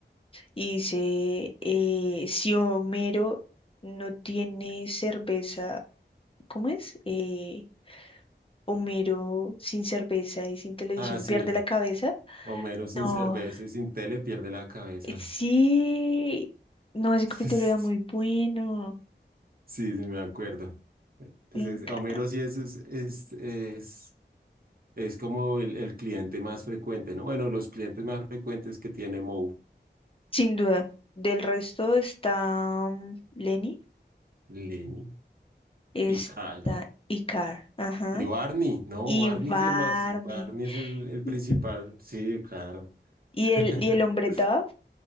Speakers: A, on the left (about 30°); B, on the right (about 55°).
A: y dice, eh, si Homero no tiene cerveza, ¿cómo es? Eh, Homero sin cerveza y sin televisión
B: Ah, sí.
A: pierde la cabeza.
B: Homero sin
A: No,
B: cerveza y sin tele pierde la cabeza.
A: eh, sí, no, ese
B: <laughs>
A: capítulo era muy bueno.
B: Sí, sí, me acuerdo. Pues
A: me
B: es-
A: enca-
B: Homero sí es, es, es, es, es como el, el cliente más frecuente, ¿no? Bueno, los clientes más frecuentes que tiene Moe,
A: Sin duda. Del resto está mm, Lenny,
B: Lenny
A: está
B: y Carl, ¿no?
A: Icar, ajá,
B: Y Barney, ¿no?
A: y
B: Barney
A: Barney.
B: es el más, Barney es el, el principal.
A: <laughs>
B: Sí, claro.
A: Y
B: <laughs>
A: y el, y el hombre Dove.